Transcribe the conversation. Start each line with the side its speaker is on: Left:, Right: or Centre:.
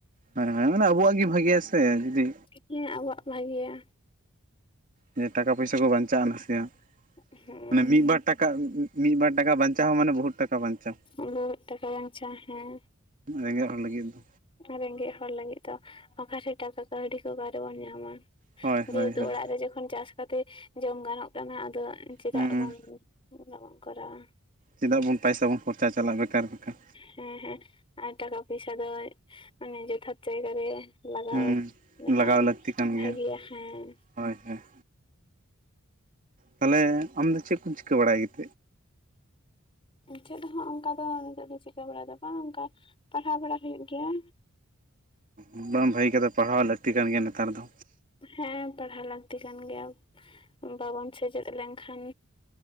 Right: ᱦᱮᱸ ᱦᱮᱸ ᱢᱟᱱᱮ ᱟᱵᱚᱣᱟᱜ ᱜᱮ ᱵᱷᱟᱜᱮᱭᱟ ᱥᱮ ᱡᱩᱫᱤ
Left: ᱛᱤᱠᱤ ᱟᱵᱚᱣᱟᱜ ᱵᱷᱟᱹᱜᱮᱤᱭᱟ᱾
Right: ᱡᱮ ᱴᱟᱠᱟ ᱯᱚᱭᱥᱟ ᱠᱚ ᱵᱟᱧᱪᱟᱜᱼᱟ ᱱᱟᱥᱮᱭᱟᱜ᱾
Left: ᱦᱮᱸ
Right: ᱢᱟᱱᱮ ᱢᱤᱫ ᱵᱟᱨ ᱴᱟᱠᱟ ᱢᱤᱫ ᱵᱟᱨ ᱴᱟᱠᱟ ᱵᱟᱧᱪᱟᱣ ᱦᱚᱸ ᱢᱟᱱᱮ ᱵᱚᱦᱩᱛ ᱴᱟᱠᱟ ᱵᱟᱧᱪᱟᱣ᱾
Left: ᱩᱱᱟᱹ ᱴᱟᱠᱟ ᱵᱟᱧᱪᱟ ᱦᱮᱸ
Right: ᱨᱮᱸᱜᱮᱡ ᱦᱚᱲ ᱞᱟᱹᱜᱤᱫ ᱫᱚ
Left: ᱨᱮᱸᱜᱮᱡ ᱦᱚᱲ ᱞᱟᱹᱜᱤᱫ ᱫᱚ ᱚᱠᱟᱨᱮ ᱴᱟᱠᱟ ᱠᱟᱹᱣᱰᱤ ᱠᱚ ᱚᱠᱟᱨᱮᱵᱚᱱ ᱧᱟᱢᱟ᱾
Right: ᱦᱳᱭ
Left: ᱡᱮᱦᱮᱛᱩ
Right: ᱦᱳᱭ ᱦᱳᱭ
Left: ᱚᱲᱟᱜ ᱨᱮ ᱡᱚᱠᱷᱚᱱ ᱪᱟᱥ ᱠᱟᱛᱮ ᱡᱚᱢ ᱜᱟᱱᱚᱜ ᱠᱟᱱᱟ ᱟᱫᱚ ᱪᱮᱫᱟᱜ
Right: ᱦᱩᱸ
Left: ᱵᱚᱱ ᱩᱱᱟᱹᱜ ᱵᱚᱱ ᱠᱚᱨᱟᱣᱟ
Right: ᱪᱮᱫᱟᱜ ᱵᱚᱱ ᱯᱚᱭᱥᱟ ᱵᱚᱱ ᱠᱷᱚᱨᱪᱟ ᱪᱟᱞᱟᱜᱼᱟ ᱵᱮᱠᱟᱨ, ᱵᱮᱠᱟᱨ᱾
Left: ᱦᱮᱸ ᱦᱮᱸ ᱟᱨ ᱴᱟᱠᱟ ᱯᱚᱭᱥᱟ ᱫᱚ ᱢᱟᱱᱮ ᱡᱚᱛᱷᱟᱛ ᱡᱟᱭᱜᱟ ᱨᱮ ᱞᱟᱜᱟᱣ
Right: ᱦᱩᱸ
Left: ᱞᱮᱠᱷᱟᱱ
Right: ᱞᱟᱜᱟᱣ ᱞᱟᱹᱠᱛᱤ ᱠᱟᱱ
Left: ᱵᱷᱟᱹᱜᱤᱭᱟ
Right: ᱜᱮᱭᱟ
Left: ᱦᱮᱸ
Right: ᱦᱳᱭ ᱦᱳᱭ ᱛᱟᱦᱚᱞᱮ ᱟᱢᱫᱚ ᱪᱮᱫ ᱠᱚᱢ ᱪᱤᱠᱟᱹ ᱵᱟᱲᱟᱭᱛ
Left: ᱪᱮᱫ ᱦᱚᱸ ᱚᱱᱠᱟ ᱫᱚ ᱱᱤᱛᱚᱜ ᱫᱚ ᱪᱤᱠᱟᱹ ᱵᱟᱲᱟᱭᱮᱫ ᱵᱟᱝ ᱚᱱᱠᱟ ᱯᱟᱲᱦᱟᱣ ᱵᱟᱲᱟ ᱦᱩᱭᱩᱜ ᱜᱮᱭᱟ
Right: ᱚ ᱵᱟᱝ ᱵᱷᱟᱹᱜᱤ ᱠᱟᱫᱟ ᱯᱟᱲᱦᱟᱣ ᱞᱟᱹᱠᱛᱤ ᱠᱟᱱ ᱜᱮᱭᱟ ᱱᱮᱛᱟᱨ ᱫᱚ
Left: ᱦᱮᱸ ᱯᱟᱲᱦᱟᱣ ᱞᱟᱹᱠᱛᱤ ᱠᱟᱱ ᱜᱮᱭᱟ ᱵᱟᱵᱚᱱ ᱥᱮᱪᱮᱫ ᱞᱮᱱᱠᱷᱟᱱ